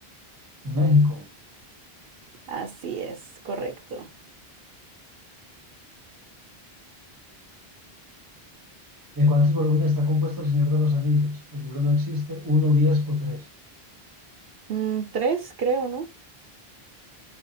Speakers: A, on the right (about 20°); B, on the right (about 70°).
A: México.
B: Así es, correcto.
A: ¿De cuántos volúmenes está compuesto El Señor de los Anillos? El libro no existe. ¿Uno, diez o tres?
B: Mm, tres, creo, ¿no?